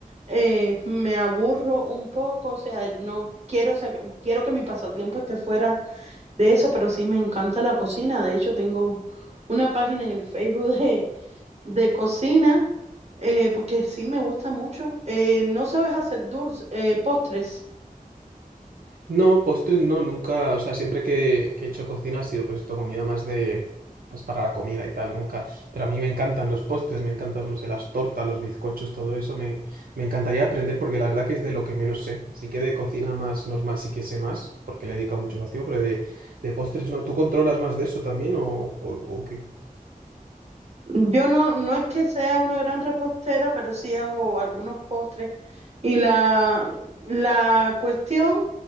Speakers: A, on the right; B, on the right.
A: eh, me aburro un poco, o sea, no quiero, sa- quiero que mi pasatiempo esté fuera de eso, pero sí me encanta la cocina. De hecho, tengo una página en el Facebook de, de cocina, eh, porque sí me gusta mucho. Eh, ¿no sabes hacer dulces, postres?
B: No, postres no, nunca, o sea, siempre que, que he hecho cocina ha sido pues esto, comida más de, pues para la comida y tal, nunca, pero a mí me encantan los postres, me encantan, no sé, las tortas, los bizcochos, todo eso, me, me encantaría aprender porque la verdad que es de lo que menos sé, sí que de cocina más normal sí que sé más, porque le he dedicado mucho más tiempo, pero de, de postres no, ¿tú controlas más de eso también o, o, o qué?
A: Yo no, no es que sea una gran repostera, pero sí hago algunos postres. Y la, la cuestión